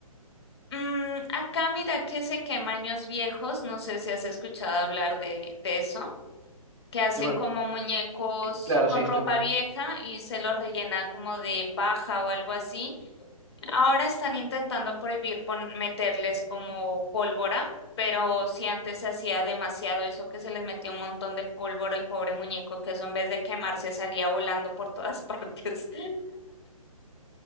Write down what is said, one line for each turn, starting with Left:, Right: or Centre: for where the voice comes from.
Left: Mm, acá mira que se quema años viejos, no sé si has escuchado hablar de, de eso. que hacen
Right: Que bueno,
Left: como muñecos
Right: claro,
Left: con
Right: sí,
Left: ropa
Right: también.
Left: vieja y se los rellena como de paja o algo así. Ahora están intentando prohibir pon- meterles como pólvora, pero si antes se hacía demasiado eso que se les metía un montón de pólvora al pobre muñeco, que eso en vez de quemarse salía volando por todas <laughs> partes.